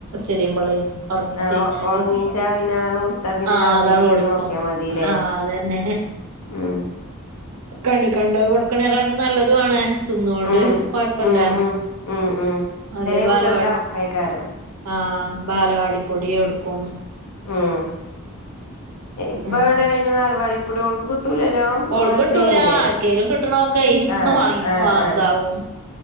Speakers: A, on the right (about 80°); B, on the left (about 85°).
A: ചെരിമ്പളെ ഒർങ്ങീച്ചഴിഞ്ഞാല്
B: ആ ഒ ഒറങ്ങീച്ചാ പിന്നെ അതാണ് കൊടുത്താ പിന്നെ
A: ആഹ്
B: രാത്രിക്കത്തെ
A: അതാണ് കൊടുക്കും
B: നോക്കിയാ മതില്ലേ
A: ആഹ് അതന്നെ
B: ഉം
A: കണി കണ്ട കൊടുക്കണക്കാണ്ടും നല്ലതുണ് തിന്നുകൊണ്ട്
B: ഉം
A: കൊഴപ്പല്ല
B: ഉം ഉം ഉം ഉം
A: അല്ലേ
B: ചെല കുട്ടികൾക്ക്
A: ബാലവാടി
B: അറുപ്പേക്കാരം
A: ആഹ് ബാലവാടി പൊടി എടുക്കും
B: ഉം ഇപ്പ
A: ഉം
B: എവിടെ എയ്നു വാലബാടിപൊടി ഓള്ക്ക് കിട്ടൂലല്ലോ മൂന്ന്
A: ഓൾക്ക്ട്ടൂല
B: വയസ്സ് കഴിഞ്ഞില്ലേ
A: ആർക്കെലും കിട്ട്ണോക്കെ
B: ആ
A: വാങ്ങി
B: ആ ആ
A: ഇതാവും